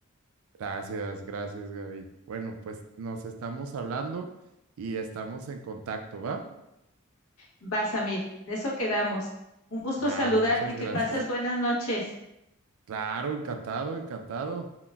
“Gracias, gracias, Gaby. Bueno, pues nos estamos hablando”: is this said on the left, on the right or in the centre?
Right